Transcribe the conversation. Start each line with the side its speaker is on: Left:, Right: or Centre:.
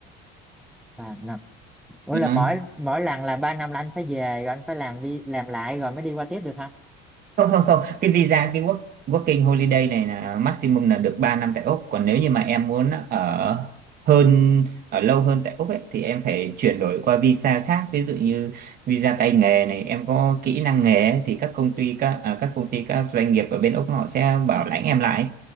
Centre: ba năm ủa
Right: Đó.
Centre: là mỗi mỗi lần là ba năm là anh phải về rồi anh phải làm đi làm lại rồi mới đi qua tiếp được hả
Right: không không không cái visa cái work, working holiday này là maximum là được 3 năm tại Úc còn nếu như mà em muốn ở hơn ở lâu hơn tại Úc ấy, thì em phải chuyển đổi qua visa khác ví dụ như visa tay nghề này em có kỹ năng nghề ấy, thì các công ty các à, các công ty các doanh nghiệp ở bên Úc họ sẽ bảo lãnh em lại